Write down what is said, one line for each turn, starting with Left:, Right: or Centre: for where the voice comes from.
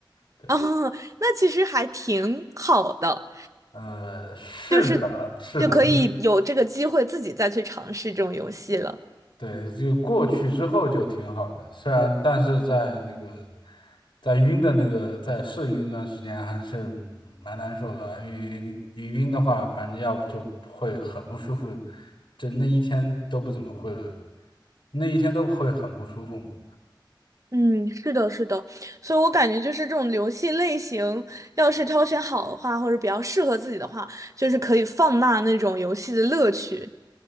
Right: <laughs>
Left: 对，
Right: 啊，那其实还挺好的。
Left: 呃，是的，
Right: 就是
Left: 是的，
Right: 就可以有这个机会自己再去尝试这种游戏了。
Left: 对，就过去之后就挺好的，虽然但是在那个在晕的那个在适应一段时间还是蛮难受的啊，因为一晕的话，反正要不就会很不舒服，就那一天都不怎么会，那一天都会很不舒服嘛。
Right: 嗯，是的，是的，所以我感觉就是这种游戏类型，要是挑选好的话，或者比较适合自己的话，就是可以放大那种游戏的乐趣。